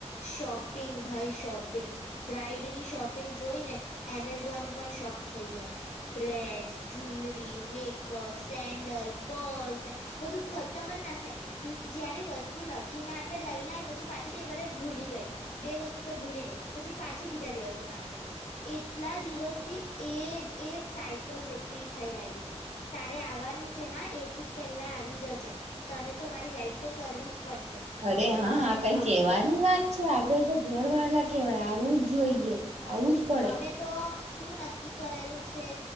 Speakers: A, on the left (about 75°); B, on the right (about 70°).
A: શોપિંગ ભાઈ શોપિંગ બ્રાઈડની શોપિંગ જોઈ ને એમેઝોન પણ શોખ થઈ જાય, dress, jewellery, makeup, sandal, purse, બધું ખતમ જ ના થાય. જયારે વસ્તુ લખી ના આપે લઈને પછી પાછી કઈ વારે ભૂલી ગઈ, બે વસ્તુ તો ભૂલી ગઈ, પછી પાછી બીજા દિવસે માર્કેટ જાય, એટલા દિવસથી એજ એ જ સાયકલ રિપીટ થઈ રહેલી છે, તારે આવવાનું છે હા એક વીક પહેલા આવી જજે તને તો તમારી હેલ્પ તો કરવી જ પડશે
B: અરે
A: તે તું
B: હા
A: તને
B: આ કઈ
A: તો આવવું
B: કેવાની
A: જ પડશે
B: વાત છે આપડે તો ઘર વાળા કેવાય આવું જ જોઈએ. આવું જ પડે
A: અમે તો શું નક્કી કરેલું છે,